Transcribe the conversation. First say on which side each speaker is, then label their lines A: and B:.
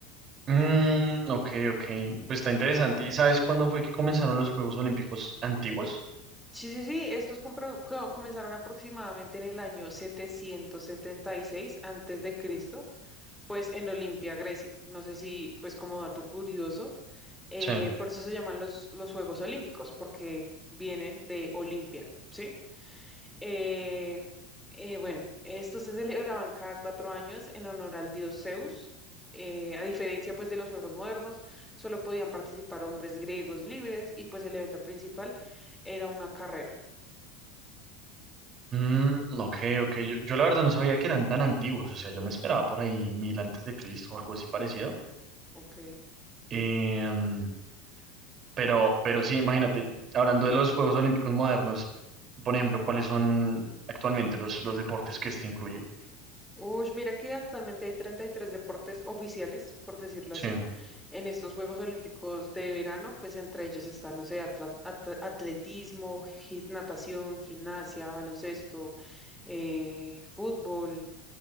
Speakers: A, on the right (about 35°); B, in the centre.
A: Mm, ok, ok. Pues está interesante. ¿Y sabes cuándo fue que comenzaron los Juegos Olímpicos antiguos?
B: Sí, sí, sí, estos compro- co- comenzaron aproximadamente en el año 776 antes de Cristo, pues en Olimpia, Grecia. No sé si, pues como dato curioso, eh,
A: Sí.
B: por eso se llaman los, los Juegos Olímpicos, porque vienen de Olimpia, ¿sí? Eh, eh, bueno, estos se celebraban cada cuatro años en honor al dios Zeus. Eh, a diferencia pues de los Juegos modernos, solo podían participar hombres griegos libres y pues el evento principal era una carrera.
A: Mm, ok, ok. Yo, yo la verdad no sabía que eran tan antiguos. O sea, yo me esperaba por ahí mil antes de Cristo o algo así parecido.
B: Ok.
A: Em, pero, pero sí, imagínate, hablando de los Juegos Olímpicos modernos, por ejemplo, ¿cuáles son actualmente los, los deportes que este incluye?
B: Uy, mira que actualmente hay 33 deportes oficiales, por decirlo
A: Sí,
B: así, en estos Juegos Olímpicos de verano, pues entre ellos están, no sé, atla- at- atletismo, gi- natación, gimnasia, baloncesto, eh, fútbol,